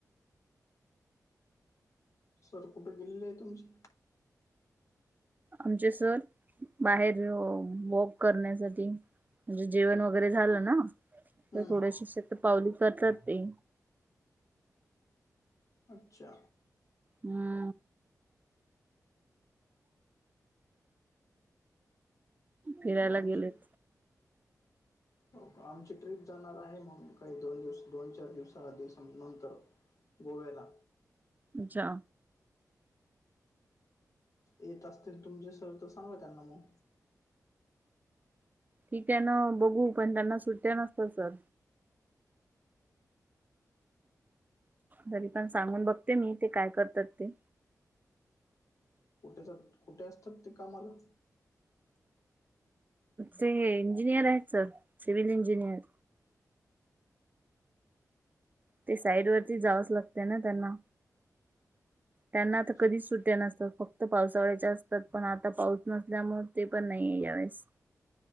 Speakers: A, on the left; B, on the right.
A: सर कुठे गेलेले आहे तुमची
B: आमचे सर बाहेर वॉक करण्यासाठी म्हणजे जेवण वगैरे झालं ना
A: हम्म
B: तर थोड्याशी शत पावली करतात ते
A: अच्छा
B: हम् फिरायला
A: मग आमची
B: गेलेत
A: हो आमची ट्रीिप जाणार आहे मग काही दोन दिवस दोन चार दिवसा आधी नंतर गोव्याला
B: अच्छा
A: येत असतील तुमचे सर तर सांगा त्यांना मग
B: ठीक आहे ना बघू पण त्यांना सुट्ट्या नसत सर घरी पण सांगून बघते मी ते काय करतात ते
A: कुठे ज कुठे असतात ते कामाला
B: ते इंजिनियर आहेत सर सिव्हल इंजिनियर ते साईड वरती जावंच लागते ना त्यांना त्यांना
A: अच्छा
B: तरता कधीच सुट्या नसतात फक्त पावसावळ्याच्या असतात पण आता पाऊस नसल्यामुळे ते पण नाही आहे यावेळेस